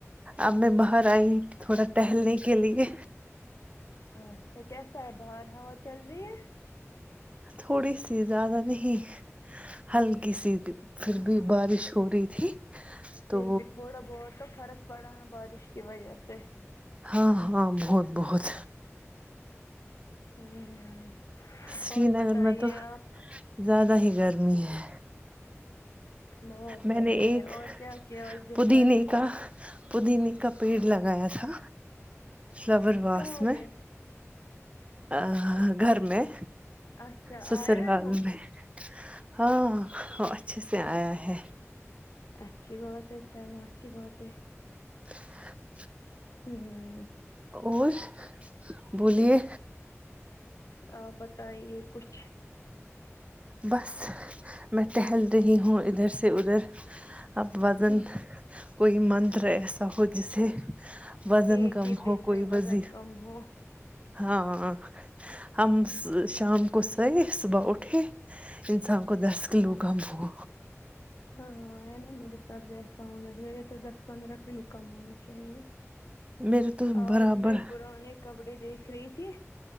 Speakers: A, on the right; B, on the left.
A: اب میں باہر آئی تھوڑا ٹہلنے کے لیے
B: اچھا کیسا ہے باہر ہوا چل رہی ہے
A: تھوڑی سی زیادہ نہیں ہلکی سی پھر بھی بارش ہو رہی تھی
B: پھر
A: تو
B: بھی تھوڑا بہت تو فرق پڑا ہے بارش کی وجہ سے
A: ہاں ہاں بہت بہت
B: ہمم
A: سری
B: اور
A: نگر
B: بتائیے
A: میں تو
B: آپ
A: زیادہ ہی گرمی ہے
B: بہت
A: میں
B: گرمی
A: نے ایک
B: ہے اور کیا کیا آج دن
A: پودینے
B: بھر
A: کا پودینے کا پیڑ لگایا تھا فلاور واس
B: کہاں
A: میں
B: پہ
A: ا گھر میں
B: اچھا
A: سسرال
B: آیا ہے وہ
A: میں ہاں اچھے سے آیا ہے
B: اچھی بات ہے چلو اچھی بات ہے
A: <inaudible>
B: ہوں
A: اور بولیے
B: آپ بتائیے کچھ
A: بس میں ٹہل رہی ہوں ادھر سے ادھر اب وزن
B: ہم،
A: کوئی منتر ایسا ہو جسے وزن
B: ایک
A: کم
B: ہی
A: ہو
B: دن
A: کوئی
B: میں
A: وز
B: وزن کم ہو
A: ہاں ہم شام کوسئے ہیں صبح اٹھ کے انسان کو دس کلو کا بھوگ
B: ہاں ہے نا میرے ساتھ ویسا ہونااہ میرے تو دس پندرہ کلو کم ہونی چاہیے
A: میرے تو برابر
B: آج میں پرانے کپڑے دیکھ رہی تھی